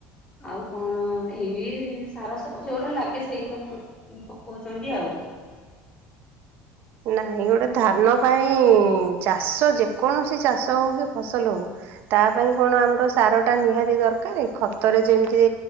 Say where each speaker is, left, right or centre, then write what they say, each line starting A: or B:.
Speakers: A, on the left; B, on the right.
A: ଆଉ କଣ ଏଇ ସାର ସବୁ ଯୋଉଗୁଡା ଲାଗେ ସେଇଗୁଡା ପଡି ଉଁ ପକୋଉଚନ୍ତି ଆଉ।
B: ନାଇଁ ଗୋଟେ ଧାନ ପାଇଁ ଚାଷ ଯେକୌଣସି ଚାଷ ହୋଉ କି ଫସଲ ହୋଉ ତା ପାଇଁ କଣ ଆମର ସାରଟା ନିହାତି ଦରକାରେ ଖତରେ ଯେମିତି